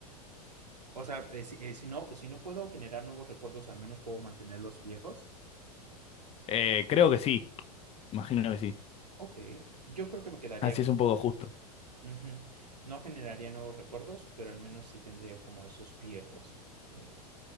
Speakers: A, on the right; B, on the left.
A: o sea, eh, si, eh, si no, si no puedo generar nuevos recuerdos, al menos puedo mantener los viejos.
B: Eh, creo que sí, imagino que sí.
A: Ok. Yo creo que me quedaría
B: Así es un poco justo.
A: Ujú. No generaría nuevos recuerdos, pero al menos sí tendría como esos viejos. Eh,